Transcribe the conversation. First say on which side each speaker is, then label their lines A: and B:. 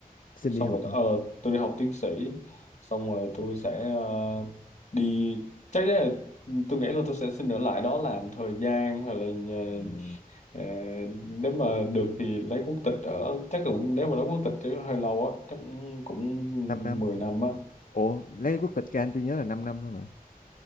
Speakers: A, on the left; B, on the left.
A: xin
B: xong
A: đi học
B: rồi ờ,
A: hả
B: tôi đi học tiến sĩ xong rồi tôi sẽ ờ, đi chắc chắn là ừ, tôi nghĩ là tôi sẽ xin ở lại đó làm thời gian hay là nhà-
A: Ừ.
B: ờ, nếu mà được thì lấy quốc tịch ở chắc cũng nếu mà lấy quốc tịch chứ hơi lâu á chắc cũng
A: 5 năm
B: 10 năm á
A: ủa lấy quốc tịch Can tôi nhớ là 5 năm thôi mà